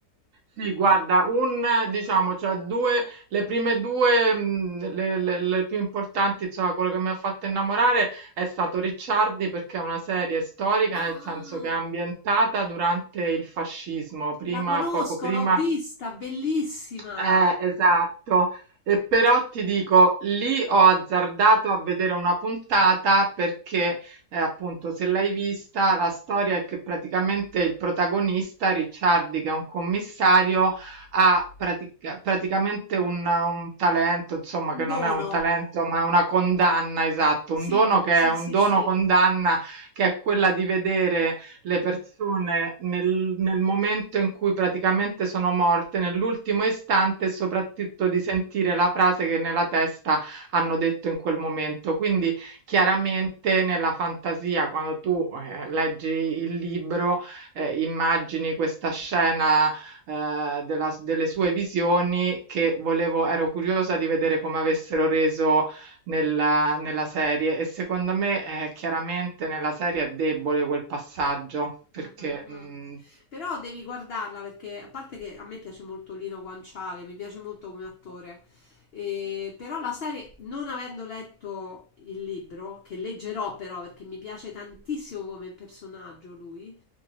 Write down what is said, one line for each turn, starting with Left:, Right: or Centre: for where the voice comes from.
Right: Sì, guarda, un diciamo, cioè due, le prime due, mh, le, le- le più importanti, insomma, quello che mi ha fatto innamorare è stato Ricciardi perché è una serie storica,
Left: Ah,
Right: nel senso che è ambientata durante il fascismo, prima,
Left: la conosco,
Right: poco prima.
Left: l'ho vista, bellissima.
Right: Eh, esatto. E però ti dico, lì ho azzardato a vedere una puntata perché, eh, appunto, se l'hai vista, la storia è che praticamente il protagonista, Ricciardi, che è un commissario, ha pratica- praticamente un, un talento, insomma, che
Left: Un
Right: non
Left: dono.
Right: è un talento, ma è una condanna, esatto,
Left: Sì,
Right: un dono che
Left: sì,
Right: è un
Left: sì,
Right: dono
Left: sì.
Right: condanna, che è quella di vedere le persone nel, nel momento in cui praticamente sono morte, nell'ultimo istante, e soprattutto di sentire la frase che nella testa hanno detto in quel momento. Quindi chiaramente nella fantasia, quando tu eh, leggi il libro, eh, immagini questa scena eh, della- delle sue visioni che volevo, ero curiosa di vedere come avessero reso nella nella serie e secondo me, ehm, chiaramente nella serie è debole quel passaggio perché,
Left: Mm, mm,
Right: mhmm
Left: mm. Però devi guardarla perché a parte che a me piace molto Lino Guanciale, mi piace molto come attore, eh, però la serie, non avendo letto il libro, che leggerò però perché mi piace tantissimo come personaggio lui,